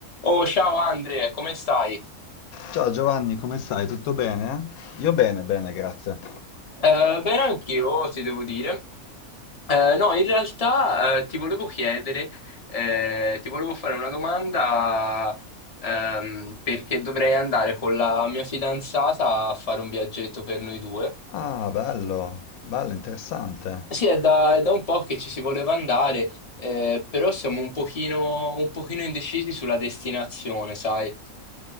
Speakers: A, on the left; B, on the left.
A: Oh, ciao Andre, come stai?
B: Ciao Giovanni, come stai? Tutto bene? Io bene, bene, grazie.
A: Eh, bene, anch'io ti devo dire. Eh, no, in realtà eh, ti volevo chiedere, eh, ti volevo fare una domanda ehm, perché dovrei andare con la mia fidanzata a fare un viaggetto per noi due.
B: Ah, bello, bello, interessante.
A: Sì, è da, è da un po' che ci si voleva andare, eh, però siamo un pochino, un pochino indecisi sulla destinazione, sai?